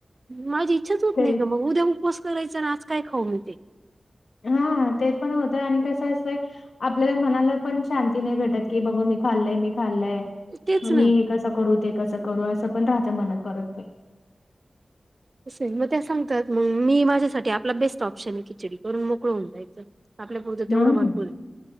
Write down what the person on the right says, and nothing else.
माझी इच्छाच होत
नाही, ग मग उद्या उपवास करायचां ना आज काय खाऊ म्हणते,
तेच
ना.
अस हाय, मग त्या सांगतात मग मी माझ्यासाठी आपला बेस्ट ऑप्शन आहे. खिचडी करून मोकळ होऊन जायचं. आपल्या पुरतं तेवढं
भरपूर आहे.